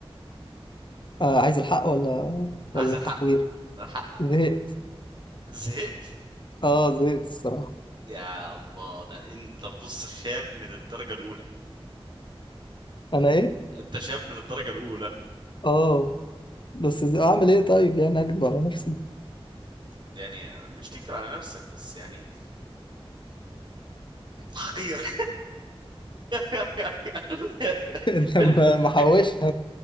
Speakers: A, on the left (about 50°); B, on the right (about 50°).
A: آه عايز الحق ولا ولا
B: عايز الحق
A: التحوير
B: الحق
A: زهقت
B: زهقت
A: اه زهقت الصراحة
B: يا الله ده انت بص شاب من الدرجه الاولى
A: انا ايه
B: انت شاب من الدرجه الاولى
A: اه بس اعمل ايه طيب يعني اكذب على نفسي
B: يعني مش تكتب على نفسك بس يعني انت حقير <laughs>
A: <laughs> انت ما محوش